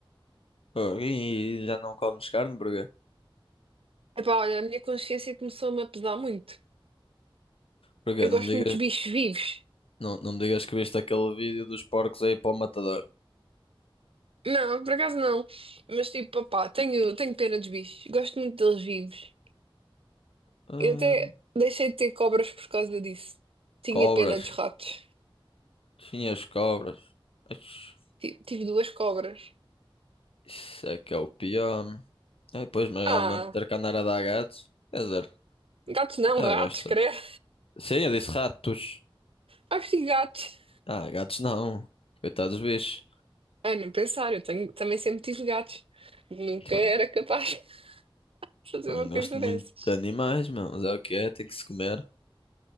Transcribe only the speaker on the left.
Ah, E já não comes carne, porquê?
Porquê?
Não
me digas,
não, não me digas que viste aquele vídeo dos porcos aí para o matador.
Ah,
cobras.
Tinha as cobras. Ixi,
Isso é que é o pior. É, pois, mas realmente
ter que andar a dar gatos. Quer dizer,
eu
gosto.
Sim, eu disse ratos.
Ah, gatos não. Coitados dos bichos.
Então,
Também
gosto
muito
de animais, meu, mas é o que é, tem que se comer.